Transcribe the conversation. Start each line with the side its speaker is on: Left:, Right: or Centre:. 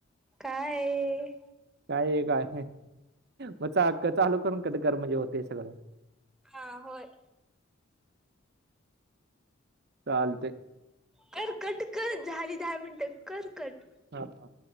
Centre: काय
Right: काय काय म चा चालू करून कट कर म्हणजे होतय सगळं
Centre: हा होय.
Right: चालतय
Centre: कर कट कर झाली दहा मिनटं कर कट
Right: हा थांब.